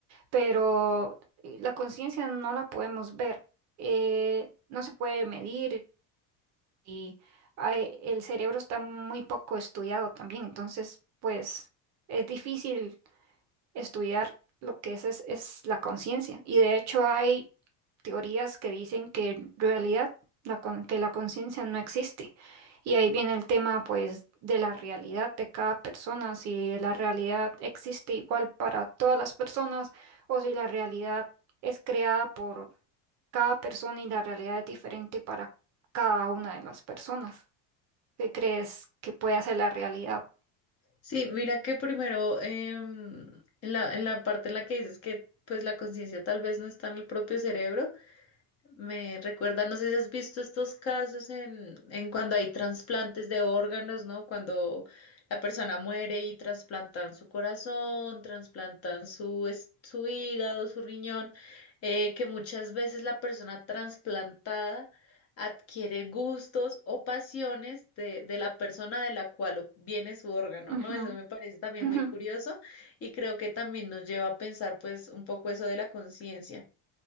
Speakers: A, on the right; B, on the left.
A: Pero eh, la conciencia no la podemos ver, eh, no se puede medir y ay, el cerebro está muy poco estudiado también, entonces pues es difícil estudiar lo que es, es es la conciencia y de hecho hay teorías que dicen que en realidad la con- que la conciencia no existe. Y ahí viene el tema, pues, de la realidad de cada persona, si la realidad existe igual para todas las personas o si la realidad es creada por cada persona y la realidad es diferente para cada una de las personas. ¿Qué crees que puede hacer la realidad?
B: Sí, mira que primero em, en la, en la parte en la que dices que pues la conciencia tal vez no está en el propio cerebro, Me recuerda, no sé si has visto estos casos en, en cuando hay trasplantes de órganos, ¿no? Cuando la persona muere y trasplantan su corazón, trasplantan su, es- su hígado, su riñón, eh, que muchas veces la persona trasplantada adquiere gustos o pasiones de, de la persona de la cual viene su órgano,
A: Ujú,
B: ¿no? Eso me parece también
A: <laughs>
B: muy
A: ujú,
B: curioso y creo que también nos lleva a pensar pues un poco eso de la conciencia.